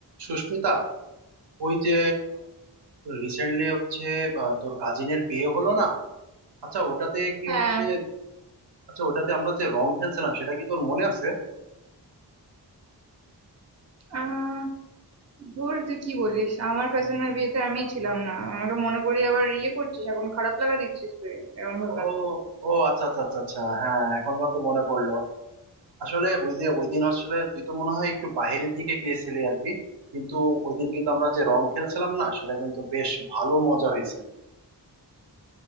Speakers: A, on the right; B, on the right.
A: সুস্মিতা ওই যে রিসেন্টলি হচ্ছে আহ, তোর কাজিনের বিয়ে হলো না আচ্ছা ওটাতে কি
B: হ্যাঁ
A: হচ্ছে আচ্ছা ওটাতে আমরা যে রং খেলছিলাম সেটা কি তোর মনে আছে
B: আহ ধুর তুই কি বলিস আমার কাজিনের বিয়েতে আমিই ছিলাম না আমাকে মনে করিয়ে আবার ইয়ে করছিস এখন খারাপ লাগা দিচ্ছিস তুই এরকম ভাবে
A: ও ও আচ্ছা আচ্ছা আচ্ছা আচ্ছা হ্যাঁ এখনকার তো মনে পড়লো আসলে ওই যে ওই দিন আসলে তুই তো মনে হয় একটু বাইরের দিকে গিয়েছিলি আর কি কিন্তু ওই দিন কিন্তু আমরা যে রং খেলছিলাম না সেটা কিন্তু বেশ ভালো মজা হয়েছিল